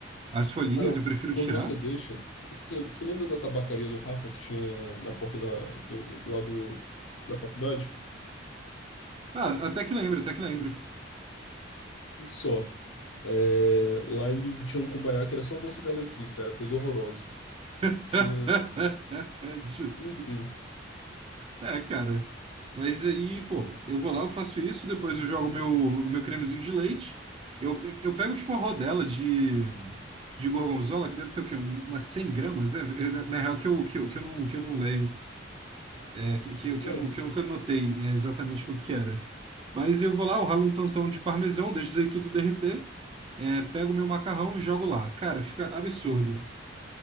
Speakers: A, on the right (about 30°); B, on the left (about 80°).
A: as folhinhas,
B: Ah, não.
A: eu prefiro
B: Quando
A: tirar.
B: você deixa, você lembra da tabacaria do Rafa que tinha na porta da, do, do lado da faculdade?
A: Ah, até que lembro, até que lembro.
B: Só. É, lá ele tinha um cumbaiá que era só o gosto de alecrim, cara, coisa horrorosa.
A: <laughs>
B: Tinha,
A: Justo.
B: enfim.
A: É, cara. Mas aí, pô, eu vou lá, eu faço isso, depois eu jogo meu, o meu cremezinho de leite. Eu, eu pego tipo uma rodela de, de gorgonzola, que deve ter o quê? Um- Umas 100 gramas, né? Na na real, que eu, que eu, que eu não, que eu não leio, é, que, que, eu, que
B: Ah,
A: eu não, que eu nunca anotei é, exatamente quanto que era. Mas eu vou lá, eu ralo um tantão de parmesão, deixo isso aí tudo derreter, é, pego o meu macarrão e jogo lá. Cara, fica absurdo.